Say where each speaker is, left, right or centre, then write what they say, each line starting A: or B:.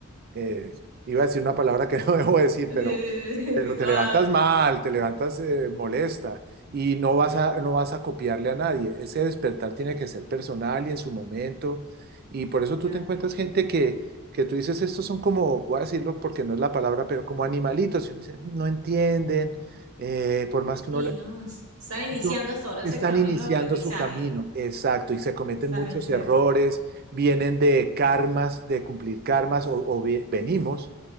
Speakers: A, on the right; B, on the right.
A: eh, iba a decir una palabra que <laughs> no debo decir,
B: Sí,
A: pero,
B: sí, sí,
A: pero
B: sí, toda...
A: te levantas mal, te levantas eh, molesta y no vas a, no vas a copiarle a nadie. Ese despertar
B: sí,
A: tiene que ser personal y en su momento. Y por eso
B: de cada
A: tú te encuentras
B: quien.
A: gente que, que tú dices, estos son como, voy a decirlo porque no es la palabra, pero como animalitos. Y uno dice, no entienden, eh, por más
B: Sí,
A: que uno
B: no, es- están iniciando
A: son-
B: hasta ahora
A: están
B: ese camino
A: iniciando
B: de aprendizaje.
A: su camino, exacto, y se cometen
B: Están
A: muchos
B: en cero.
A: errores, vienen de karmas, de cumplir karmas, o, o ve- venimos,